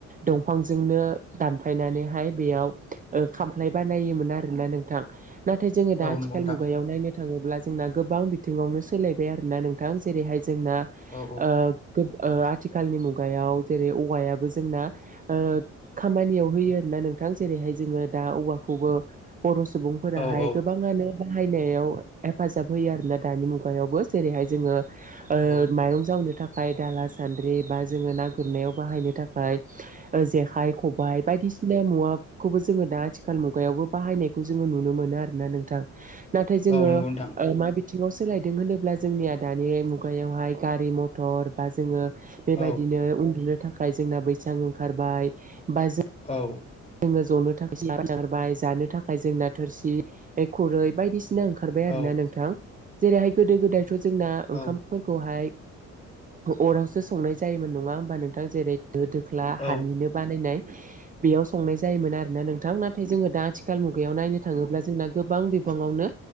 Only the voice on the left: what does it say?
औ
नंगौ नोंथां
औ
औ औ
औ औ
औ नंगौ नोंथां
औ
औ
औ
औ
औ